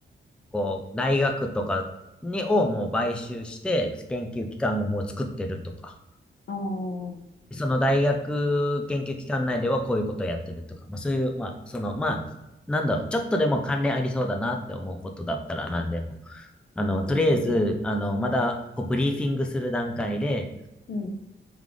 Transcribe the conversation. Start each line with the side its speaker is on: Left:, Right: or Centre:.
Centre: こう、大学とかに、をもう買収して、研究機関をもう作ってるとか、
Left: ああ、う
Centre: その大学研究機関内ではこういうことをやってるとか、まあ、そういう、まあ、その、まあ、なんだろう、ちょっとでも関連ありそうだなって思うことだったら何でもあの、
Left: ん、
Centre: とりあえず、
Left: うん、
Centre: あの、まだ、こう、ブリーフィングする段階で、
Left: うん。